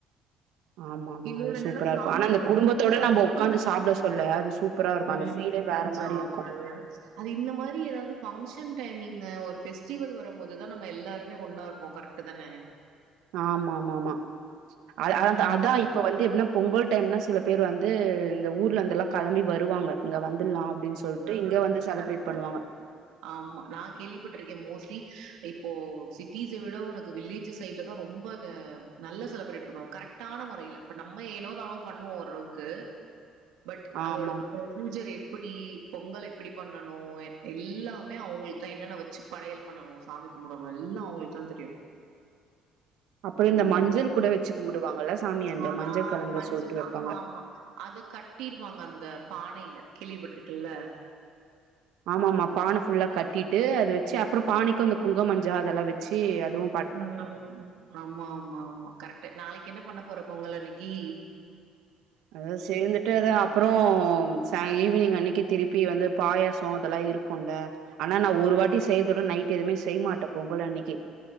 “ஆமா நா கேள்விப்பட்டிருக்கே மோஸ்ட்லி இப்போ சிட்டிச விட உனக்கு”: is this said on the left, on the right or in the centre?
Right